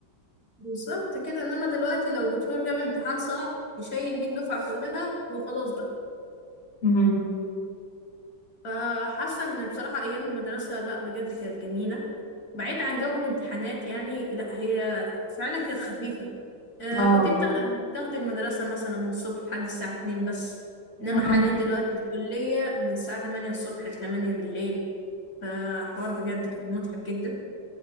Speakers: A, on the left (about 40°); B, on the left (about 85°).
A: بالظبط كده انما دلوقتي لو دكتور جاب امتحان صعب يشيل بيه الدفعة كلها وخلاص بقى
B: مهم.
A: فحاسة ان بصراحة ايام المدرسة لا بجد كانت جميلة بعيد عن جو الامتحانات يعني لا هي فعلا كانت خفيفة آه
B: اه
A: كنت بتاخ- بتاخدي المدرسة مثلا من الصبح لحد الساعة 2 بس انما
B: اه
A: حاليا دلوقتي الكلية من الساعة 8 الصبح ل 8 بالليل فحوار بجد كان متعب جدا